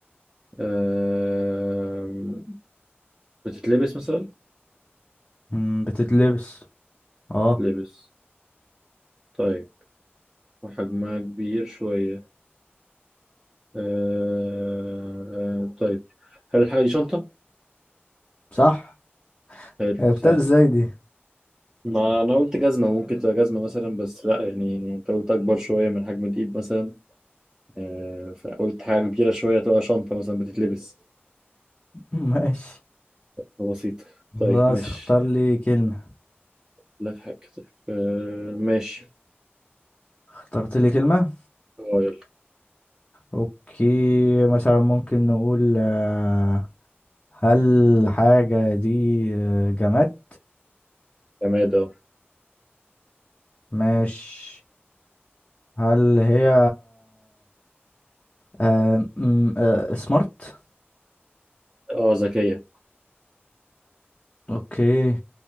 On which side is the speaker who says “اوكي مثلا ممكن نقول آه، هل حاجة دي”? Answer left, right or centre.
Left